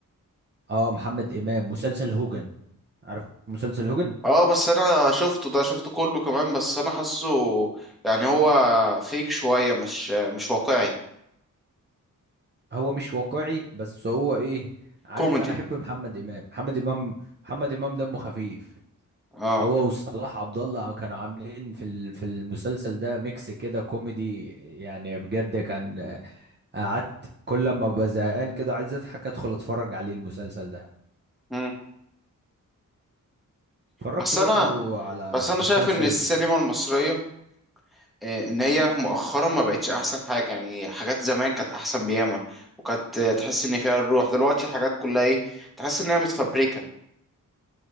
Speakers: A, on the right (about 35°); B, in the centre.
A: آه، محمد امام مسلسل هوجن عارف مسلسل هوجن
B: اه بس انا شفته ده شفته كله كمان بس انا حاسه يعني هو فيك شوية مش مش واقعي
A: هو مش واقعي بس هو ايه عارف
B: كوميدي
A: انا احب محمد امام محمد امام محمد امام دمه خفيف
B: اه
A: هو وصلاح عبد الله كانوا عاملين في ال- في المسلسل ده ميكس كده كوميدي يعني بجد كان قعدت كل ما ببقى زهقان كده عايز اضحك ادخل اتفرج عليه المسلسل ده
B: امم
A: اتفرجت
B: بس
A: برضو
B: انا
A: على
B: بس انا
A: مسلسل
B: شايف ان السينما المصرية آه، ان هي مؤخرا ما بقتش احسن حاجه يعني حاجات زمان كانت احسن بياما وكانت آه، تحس ان فيها الروح دلوقتي الحاجات كلها ايه تحس انها متفبركه